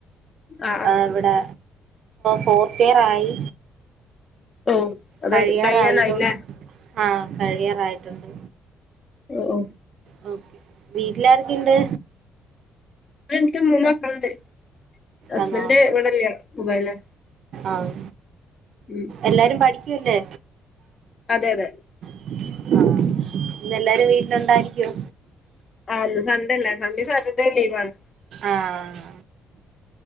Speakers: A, on the left; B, on the right.
A: ആ ആ
B: ആഹ് ഇവിടെ ഫോർത്ത് ഇയർ ആയി.
A: ഓ അതെ
B: കഴിയാറായതു
A: കഴിയാനായിലേ
B: ആഹ് കഴിയാറായിട്ടുണ്ട്
A: ഒ ഓ
B: ഓ വീട്ടിലാരൊക്കെണ്ട്
A: എനിക്ക് മൂന്ന് മക്കള്ണ്ട് ഹസ്ബൻഡ്
B: ആന്നോ
A: ഇവിടെല്ല ദുബായിലാ
B: ആഹ്
A: ഉം.
B: എല്ലാരും പഠിക്കുല്ലേ?
A: അതെ അതെ.
B: ആഹ് ഇന്നെല്ലാരും വീട്ടിലുണ്ടായിരിക്കോ?
A: ആഹ് ന്ന് സൺഡല്ലേ സൺഡിം സാറ്റർഡേ ലീവാണ്.
B: ആഹ്